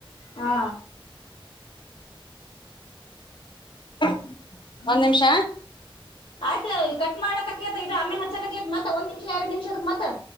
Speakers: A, on the left (about 85°); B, on the left (about 55°).
A: ಹಾ
B: <unintelligible> ಒಂದ್ ನಿಮಿಷ
A: ಆಯ್ತು ಈ ಕಟ್ <unintelligible> ಮಾಡಕತ್ತ ಇದು ಆಮೇಲೆ ಹಚ್ಚಕತ್ತತ್ ಮತ್ತ ಒಂದ್ ನಿಮಿಷ ಎರಡ್ ನಿಮಿಷದಕ್ ಮತ್ತ